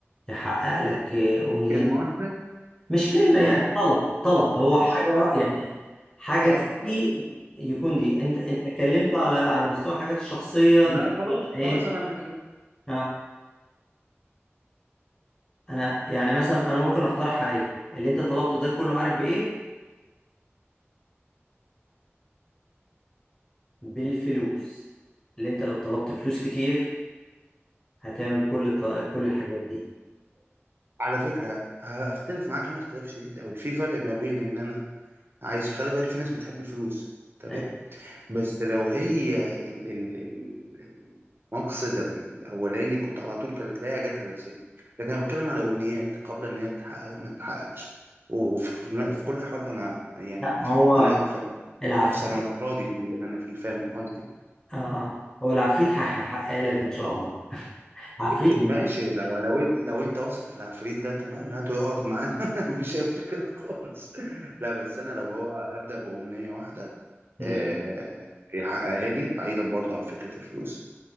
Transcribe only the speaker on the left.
يحقق لك أمنيات
مش كلمة يعني
طلب طلب هو
حاجة وا-
يعني
حاجة
تيجي
يكون دي انت انت اتكلمت على على مستوى حاجات الشخصية
النادي
اه انا يعني مثلا انا ممكن اقترح عليك اللي انت طلبته ده كله عارف بايه بالفلوس اللي انت لو طلبت فلوس كتير هتعمل كل ط... كل الحاجات دي
طيب.
لا ما هو
العفريت
اه اه هو العفريت هيحقق لك ان شاء الله <laughs> عفريت
مم.